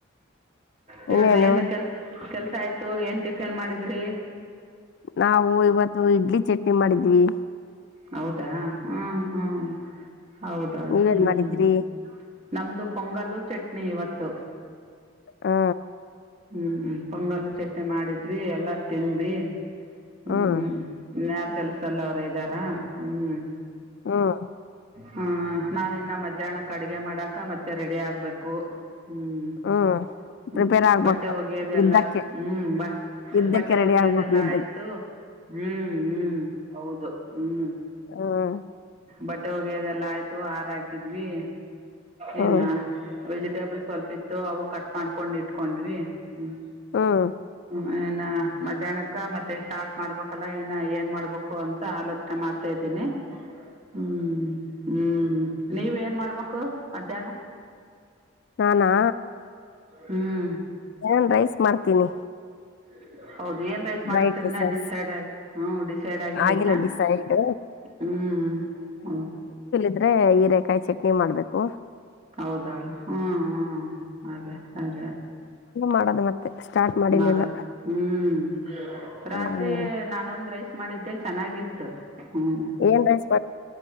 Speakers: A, on the right; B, on the left.
A: ಹೇಳ್ರಿ
B: ಇನ್ನೇನು
A: ಏನ್ ಕೆಲ್ಸ ಕೆಲ್ಸ ಆಯ್ತು ಏನ್ ಟಿಫನ್ ಮಾಡಿದ್ರಿ
B: ನಾವು ಇವತ್ತು ಇಡ್ಲಿ ಚಟ್ನಿ ಮಾಡಿದ್ವಿ
A: ಹೌದಾ ಹ್ಮ್ ಹ್ಮ್ ಹೌದಾ
B: ನೀವೇನ್
A: ಹ್ಮ್
B: ಮಾಡಿದ್ರಿ
A: ನಮ್ಮದು ಪೊಂಗಲ್ಲು ಚಟ್ನಿ ಇವತ್ತು
B: ಹಾ
A: ಹ್ಮ್ ಪೊಂಗಲ್ ಚಟ್ನಿ ಮಾಡಿದ್ವಿ ಎಲ್ಲಾ ತಿನ್್ಿ ಹ್ಮ
B: ಹ್ಮ್
A: ಕೆಲ್ಸಲ್ಲ ಅವರ ಇದ್ದಾರ ಹ್ಮ್
B: ಹ್ಮ್
A: ಹ್ಮ ನಾನ ಇನ್ನ ಮಧ್ಯಾಹ್ನಕ್ಕೆ ಅಡಗೆ ಮಾಡಾಕ ಮತ್ತೆ ರೆಡಿ ಆಗ್ಬೇಕು ಹ್ಮ್
B: ಹ್ಮ್
A: ಹ್ಮ್
B: ಪ್ರಿಪೇರ್ ಆಗ್ಬೇಕು
A: ಬಟ್ಟೆ ಒಗೆಯೋದೆಲ್ಲಾ
B: ಯುದ್ಧಕ್ಕೆ
A: ಹ್ಮ್ ಬ
B: ಯುದ್ಧಕ್ಕೆ
A: ಬಟ್ಟೆ
B: ರೆಡಿ
A: ಒಗೆಯೋದೆಲ್ಲಾ
B: ಆಗ್ಬೇಕು ಯುದ್ಧಕ್ಕೆ
A: ಆಯ್ತು ಹ್ಮ್ ಹ್ಮ್ ಹೌದು ಹ್ಮ್
B: ಹ್ಮ್
A: ಬಟ್ಟೆ ಒಗೆದೆಲ್ಲ ಆಯ್ತು ಹಾರ ಹಾಕಿದ್ವಿ
B: ಹ್ಮ್
A: ಇಏನಾ ವೆಜಿಟೇಬಲ್ ಸ್ವಲ್ಪ ಇತ್ತು ಅವು ಕಟ್ ಮಾಡ್ಕೊಂಡ್ ಇಟ್ಕೊಂಡ್ವಿ ಹ್ಮ
B: ಹ್ಮ್
A: ಹ ನ್ನ ಮಧ್ಯಾಹ್ನಕ್ಕ ಮತ್ತೆ ಸ್ಟಾರ್ಟ್ ಮಾಡ್ಬೇಕಲ್ಲ ಇನ್ನ ಏನ್ ಮಾಡ್ಬೇಕು ಅಂತ ಆಲೋಚನೆ ಮಾಡ್ತಾ ಇದ್ದೀನಿ ಹ್ಮ್ ಹ್ಮ್ ನೀವ ಏನ್ ಮಾಡ್ಬೇಕು ಮಧ್ಯಾಹ್ನ
B: ನಾನಾ
A: ಹ್ಮ್
B: ನನ್ ರೈಸ್ ಮಾಡ್ತೀನಿ
A: ಹ್ಮ ಹೌದು ಏನ್ ರೈಸ್
B: ಬ್ರೈಟ್
A: ಮಾಡಕನ್ನ
B: ರೈಸಸ್
A: ಡಿಸೈಡ್ ಆಗಿ ಹ್ಮ ಡಿಸೈಡ್ ಆಗಿಲಿ
B: ಆಗಿಲ್ಲ
A: ಇನ್ನ
B: ಡಿಸೈಡ್
A: ಹ್ಮ್ ಹೌ
B: ಆದ್ರೆ ಈರೆೇಕಾಯಿ ಚಟ್ನಿ ಮಾಡ್ಬೇಕು
A: ಹೌದಾಳ ಹ್ಮ ಅದೇ ಅದೇ
B: ಮಾಡದು ಮತ್ತೆ ಸ್ಟಾರ್ಟ್ ಮಾಡಿಲಿನ
A: ಮಾಡದು ಹ್ಮ್ ರಾತ್ರಿ
B: ಹ್ಮ್
A: ನಾನೊಂದ್ ರೈಸ್ ಮಾಡಿದ್ದೆ ಚೆನ್ನಾಗಿತ್ತು ಹ್ಮ್
B: ಏನ್ ರ